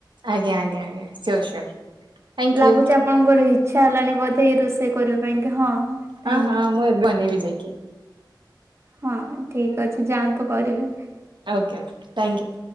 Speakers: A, on the right (about 80°); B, on the right (about 35°).
A: ଆଜ୍ଞା ଆଜ୍ଞା ଆଜ୍ଞା ସିଓର ସିଓର। ଥ୍ୟାଙ୍କ
B: ଲାଗୁଛି
A: ୟୁ
B: ଆପଣଙ୍କର ଇଚ୍ଛା ହେଲାଣି ବୋଧେ ଏ ରୋଷେଇ କରିବା ପାଇଁକା ହଁ କାଇଁ
A: ହଁ ମୁଁ ଏବନେଇବି ଯାଇ ଓକେ <inaudible>
B: ହଁ ଠିକ ଅଛି ଯାଆନ୍ତୁ କରିବେ।
A: Okay okay thank you.